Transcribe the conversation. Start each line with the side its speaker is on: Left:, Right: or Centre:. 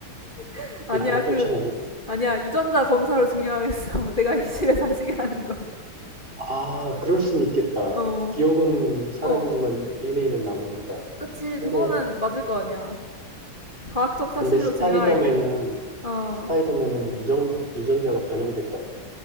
Left: <laughs> 아니야,
Right: 예, 하나
Left: 그
Right: 떨쳐내면.
Left: 아니야. 유전자 검사로 증명하겠어. <laughs> 내가 이 집의 자식이라는 걸.
Right: 아, 그럴 수는 있겠다.
Left: 어.
Right: 기억은 사라지지만
Left: 어, 어.
Right: DNA는 남으니까.
Left: 그치,
Right: 근데,
Left: 그거는 맞을 거 아니야. 과학적 사실로
Right: 근데 스파이더맨은,
Left: 증명할게. 어.
Right: 스파이더맨은 유전, 유전자가 변형됐잖아.